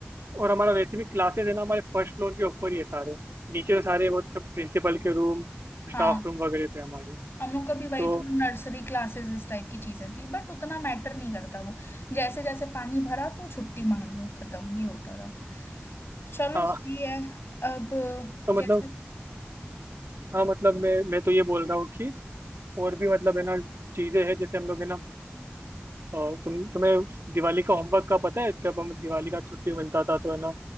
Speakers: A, on the right; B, on the left.
A: और हमारा वैसे भी क्लासेस है ना हमारे फर्स्ट फ्लोर के ऊपर ही है सारे नीचे तो सारे मतलब प्रिंसिपल के रूम स्टाफ
B: हाँ
A: रूम वगैरह थे हमारे
B: हम लोग का भी वही
A: तो
B: था नर्सरी क्लासेस इस टाइप की चीजें थी बट उतना मैटर नहीं करता वो जैसे जैसे पानी भरा तो छुट्टी मार लो खत्म ये होता था चलो
A: हाँ
B: सही है अब
A: तो मतलब
B: कैसा
A: हाँ मतलब मैं मैं तो ये बोल रहा हूँ कि और भी मतलब है ना चीज़ें हैं जैसे हम लोग है ना अ, तुम तुम्हें दिवाली का होमवर्क का पता है जब हम दिवाली का छुट्टी मिलता था तो है ना